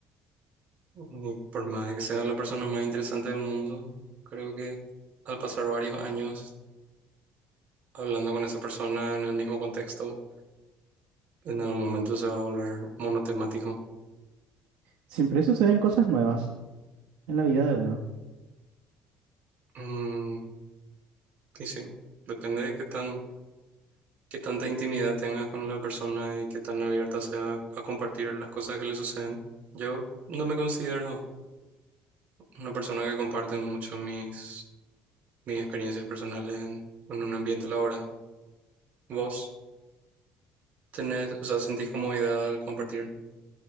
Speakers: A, on the right; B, on the right.
A: y por más que sea la persona más interesante del mundo, creo que al pasar varios años hablando con esa persona en el mismo contexto, en algún momento se va a volver monotemático.
B: Siempre suceden cosas nuevas. en la vida de uno.
A: Mm, y sí, depende de qué tan qué tanta intimidad tenga con la persona y qué tan abierta sea a compartir las cosas que le suceden. Yo no me considero una persona que comparte mucho mis, mis experiencias personales en, en un ambiente laboral. ¿Vos tenés, o sea, sentís comodidad al compartir